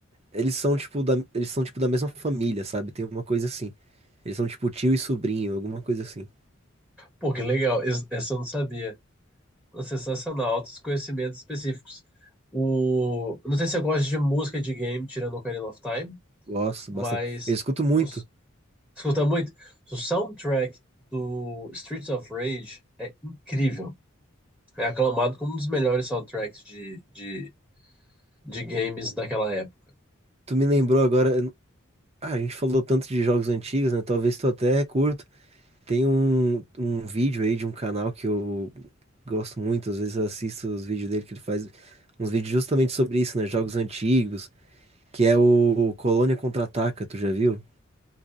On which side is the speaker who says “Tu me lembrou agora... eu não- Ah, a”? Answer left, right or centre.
Right